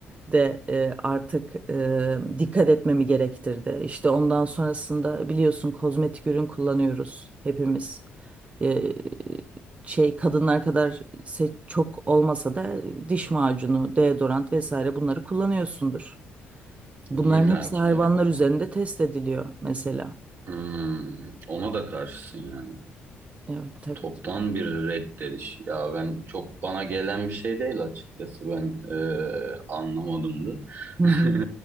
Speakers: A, on the right (about 30°); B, on the right (about 60°).
A: de e, artık e, dikkat etmemi gerektirdi. İşte ondan sonrasında biliyorsun kozmetik ürün kullanıyoruz hepimiz. E, şey kadınlar kadar se- çok olmasa da diş macunu, deodorant vesaire bunları kullanıyorsundur. Bunların
B: İlla
A: hepsi
B: ki
A: hayvanlar
B: evet.
A: üzerinde test ediliyor mesela.
B: Hmm, ona da karşısın yani.
A: Evet tabii
B: Toptan
A: ki.
B: bir reddediş. Ya ben çok bana gelen bir şey değil açıkçası ben eee anlamadım da.
A: Hı
B: <laughs>
A: hı.